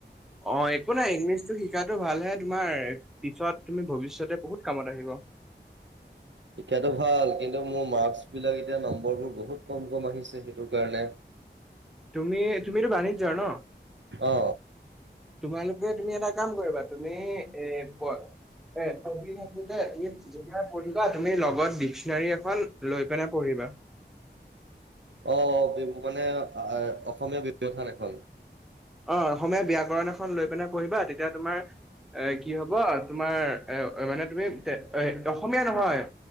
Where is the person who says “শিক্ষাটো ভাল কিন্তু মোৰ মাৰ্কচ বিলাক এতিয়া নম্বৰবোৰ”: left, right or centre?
Right